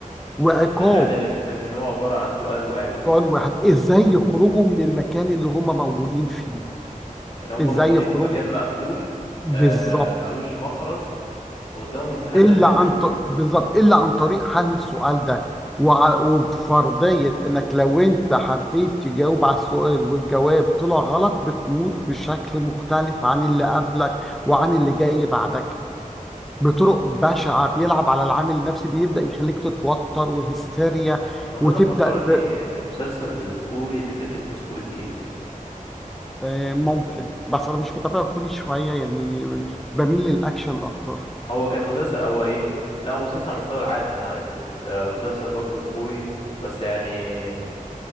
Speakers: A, in the centre; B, on the left.
A: وعقاب
B: الامتحان اللي بيمتحنوه عباره عن سؤال واحد
A: سؤال واحد إزاي يخرجوا من المكان اللي هم موجودين فيه
B: ان هم
A: إزاي
B: موجودين
A: يخرجوا
B: في مكان مقفول
A: بالظبط
B: آه ملوش مخرج وقدامهم امتحان
A: الا
B: لازم يحلوه
A: عن ط- بالظبط الا عن طريق حل السؤال ده وع- وبفرضيه انك لو انت حبيت تجاوب على السؤال والجواب طلع غلط بتموت بشكل مختلف عن اللي قبلك وعن اللي جاي بعدك بطرق بشعه بيلعب على العامل النفسي بيبدا يخليك تتوتر وهستيريا
B: الموضوع
A: وتبدا
B: ده فكرني
A: ت...
B: بالمسلسل الكوري اللي كان اسمه سكويد جيم
A: آه، ممكن بس انا مش متابع كل شويه يعني بميل للاكشن اكتر
B: هو كان مسلسل هو ايه لا هو مسلسل على مستوى العالم يعني على نتفليكس آه، مسلسل برضو كوري بس يعني